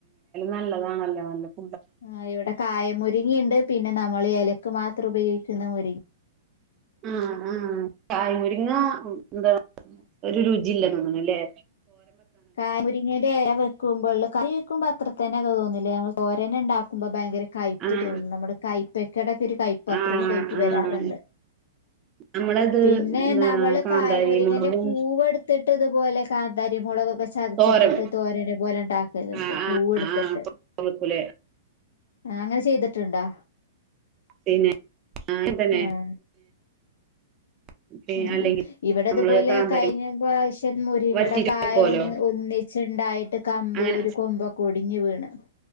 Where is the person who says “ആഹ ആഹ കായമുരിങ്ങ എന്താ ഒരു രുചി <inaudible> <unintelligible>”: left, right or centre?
Right